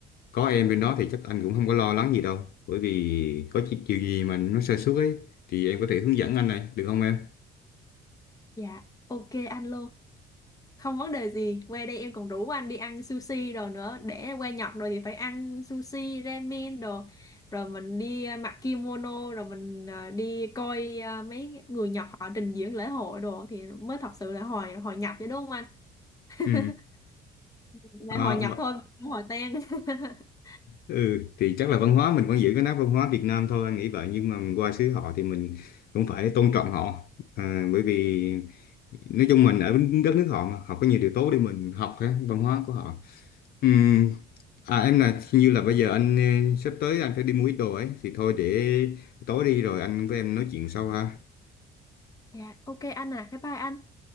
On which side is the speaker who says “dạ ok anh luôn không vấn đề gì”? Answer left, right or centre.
Left